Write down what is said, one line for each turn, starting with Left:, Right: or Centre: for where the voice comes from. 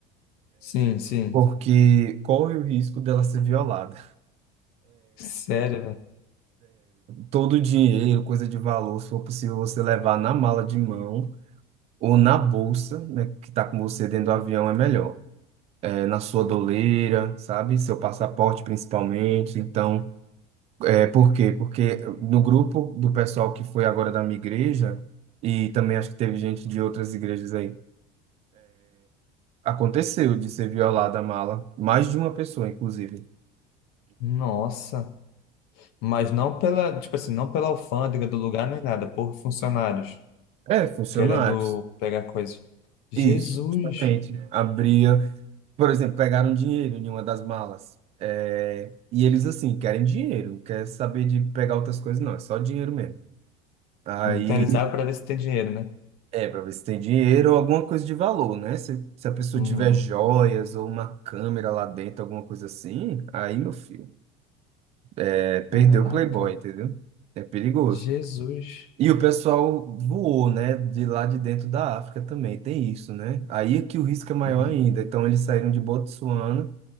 Left: Sim, sim.
Right: Porque corre o risco dela ser violada.
Left: Sério, velho.
Right: Todo o dinheiro, coisa de valor, se for possível você levar na mala de mão ou na bolsa, né, que está com você dentro do avião, é melhor. é, na sua doleira, sabe? Seu passaporte principalmente. Então, é por quê? Porque no grupo do pessoal que foi agora da minha igreja, e também acho que teve gente de outras igrejas aí, aconteceu de ser violada a mala, mais de uma pessoa, inclusive.
Left: Nossa. Mas não pela, tipo assim, não pela alfândega do lugar nem nada, por funcionários
Right: É, funcionários.
Left: querendo pegar coisas. Jesus.
Right: Isso, justamente. Abria, por exemplo, pegaram dinheiro em uma das malas. É, e eles, assim, querem dinheiro, não quer saber de pegar outras coisas, não, é só dinheiro mesmo. Aí
Left: Então eles abrem pra ver se tem dinheiro, né?
Right: É, para ver se tem dinheiro ou alguma coisa de valor, né? Se, se a pessoa
Left: Uhum.
Right: tiver joias ou uma câmera lá dentro, alguma coisa assim, aí, meu filho, é, perdeu
Left: Caraca.
Right: o Playboy, entendeu? É perigoso.
Left: Jesus.
Right: E o pessoal voou, né? De lá de dentro da África também, tem isso, né? Aí é que o risco é maior
Left: Uhum.
Right: ainda. Então, eles saíram de Botsuana